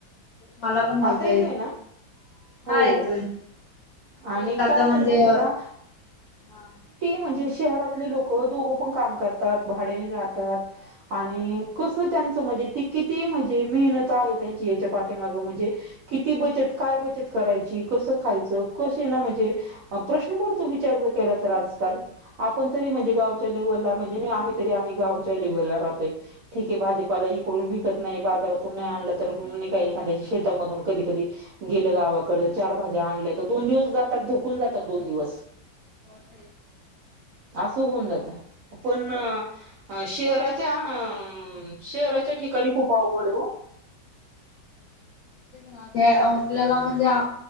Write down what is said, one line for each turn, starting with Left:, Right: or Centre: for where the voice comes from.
Left: म्ला पण नव्हता
Right: आता येतोय
Left: येत
Right: ना हो
Left: हा येतोय तेच
Right: आणि
Left: आता
Right: काय
Left: म्हणजे
Right: झालं माहिती का
Left: हा
Right: म्हणजे शहरात लोक दोघ पण काम करतात भाड्याने राहतात आणि कस त्यांच म्हणजे किती म्हणजे मेहनत आहे त्यांची पाठीमागे म्हणजे किती बचत म्हणजे काय किती बचत करायची कस खायच काय ना म्हणजे प्रश्न पडतो विचार जर केला तर आज काल आपण तरी म्हणजे
Left: तेच
Right: गावच्या लेवला म्हणजे आम्हीतरी आम्ही गावच्या लेवलला रहातोय ठीकय भाजीपाला इकडून विकत नाई बाजारातून विकत नाई आणला काय एखाद्या शेतामधून कधी कधी गेलं गावाकड चार भाज्या आणल्या तर दोन दिवस जात ुकून जातात दोन दिवस
Left: ब
Right: असं होऊन जातं पण शहराच्या अ शहराच्या ठिकाणी खूप अवघड आहे हो
Left: आपल्याला म्हणजे आ